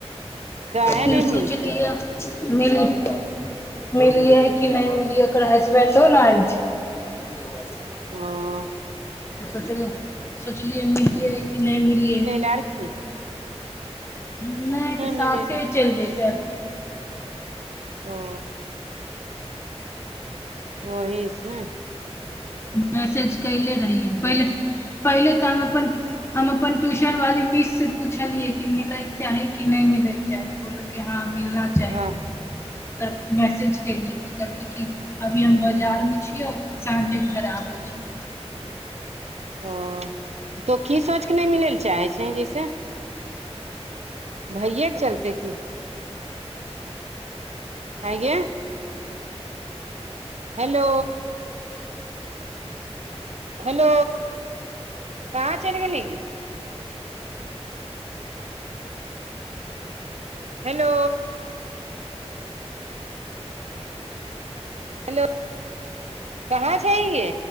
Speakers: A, on the right (about 75°); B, on the left (about 25°).
A: काहे
B: फिर
A: नहि मिलतै
B: सोचलिया मिल - मिलियै कि नय मिलियै ओकर हसबैंडो नऽ आयल छै <inaudible>
A: ओ
B: सोचले सोचलियै मिलियै की नय मिलियै
A: चरखी
B: नय तऽ साथे
A: मिलै लए
B: चैल जतै
A: ओ वहीस से नय
B: मैसेज कैले रहिए
A: होइ
B: पहिले
A: छै
B: पहिले तऽ हम अपन हम अपन ट्यूशन वाली मिस से पूछलियै की मिले केँ चाही की नय मिले चाही बोलकै हँ मिलना चाहि
A: हँ
B: तब मैसेज केलियै तऽ कहलकै कि अभी हम बाजारमे छियै साँझे घर आबे छियो
A: ओ तो की सोच कऽ नच मिलै लऽ चाहै छै जैसे भैयए केँ चलते की अइ गे हेलो हेलो कहाँ चैल गेलही गे हेलो हेलो कहाँ छै ही गे